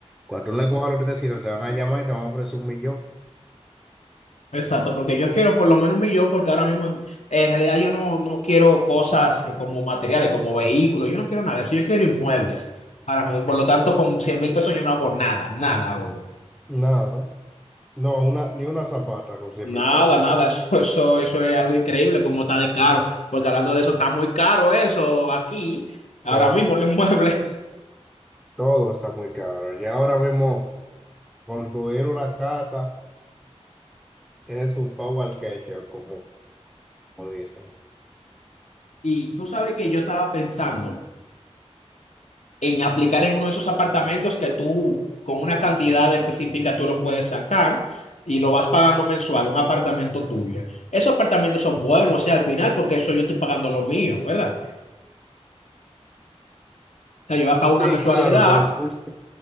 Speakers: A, in the centre; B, on the left.
A: Cuando tú no le cojas los 300 te van a llamar y te van a ofrecer un millón.
B: Exacto, porque yo quiero por lo menos un millón, porque ahora mismo en en realidad yo no, no quiero cosas eh, como materiales, como vehículos, yo no quiero nada de eso, yo quiero inmuebles. Ahora mismo, por lo tanto, con cien mil pesos yo no hago nada, nada hago yo.
A: Nada, no, una, ni una zapata con cien
B: Nada,
A: mil pesos.
B: nada, eso, eso, eso es algo increíble, como está de caro, porque hablando de eso, está muy caro eso aquí, ahora
A: Todo,
B: mismo los inmuebles.
A: todo está muy caro. Y ahora mismo, construir una casa es un favor al queche, como, como dicen.
B: Y tú sabes que yo estaba pensando. en aplicar en uno de esos apartamentos que tú con una cantidad específica tú lo puedes sacar y lo vas pagando mensual, un apartamento tuyo. Esos apartamentos son buenos,
A: Mm.
B: o sea, al final, porque eso yo estoy pagando lo mío, ¿verdad? O sea, yo
A: Sí,
B: voy a pagar una mensualidad,
A: claro, pero escucha.